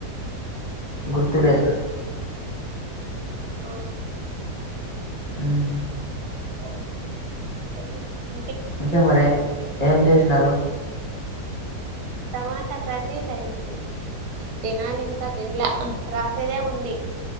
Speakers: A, on the left; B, on the right.
A: గుర్తులేదు నాకు
B: ఆ
A: ఉమ్
B: ఆ అదే
A: ఇంకేం మరి ఏం చేసినారు
B: టమాటా కర్రీ రైసు తినాలి ఇంకా తిినలా రాతిదే ఉంది